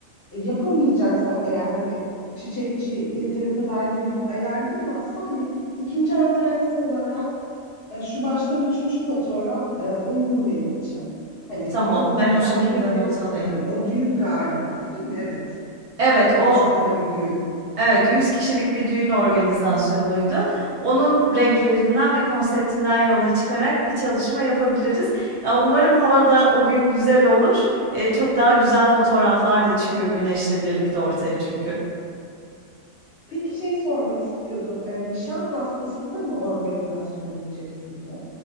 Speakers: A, on the left; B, on the right.
A: E, yapamayacaksak eğer hani çiçekçi yeteri kadar lilyum ayarlayamazsa hani ikinci alternatif olarak e, şu baştan üçüncü fotoğraf e, uygun benim için. Hani
B: Tamam,
A: onu
B: ben
A: düzenleyebiliriz
B: o şekilde not
A: sanırım.
B: alayım.
A: O düğün galiba değil mi? Evet.
B: Evet, o
A: Kumsalda bir düğün.
B: Evet, 100 kişilik bir düğün organizasyonuydu. Onun renklerinden ve konseptinden yola çıkarak bir çalışma yapabiliriz. Ya, umarım havada o gün güzel olur. Eee, çok daha güzel fotoğraflar da çıkıyor güneşle birlikte ortaya çünkü.
A: Peki şey sormak istiyordum. Ee, nişan pastası da mı organizasyonun içerisinde?